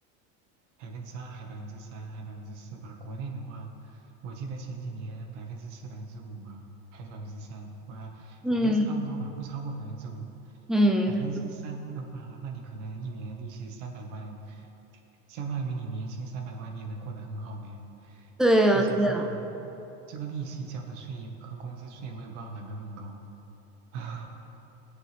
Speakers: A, on the right; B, in the centre.
A: 百分之二还百分之三还百分之四吧。国内的话，我记得前几年百分之四、百分之五吧，还是百分之三，我反正就差不多吧，
B: 嗯
A: 不超过百分之五。
B: 嗯，
A: 百分之三的话，那你可能一年利息三百万，相当于你年薪三百万，你也能过得很好了呀。
B: 对呀，
A: 而且这个
B: 对呀。
A: 这个利息交的税和工资税，我也不知道哪个更高。<laughs>